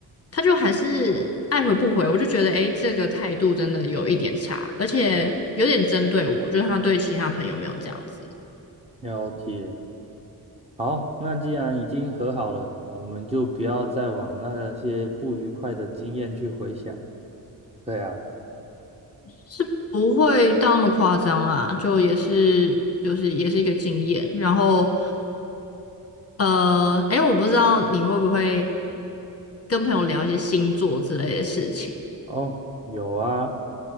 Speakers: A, on the left; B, on the right.
A: 他就还是爱回不回，我就觉得，诶，这个态度真的有一点差，而且有点针对我，就是他对其他朋友没有这样子，
B: 了解。好，那既然已经和好了，我们就不要再往那些不愉快的经验去回想。对啊，
A: 是不会到那么夸张啦，就也是就是也是一个经验，然后。呃，诶，我不知道你会不会跟朋友聊一些星座之类的事情。
B: 哦，有啊，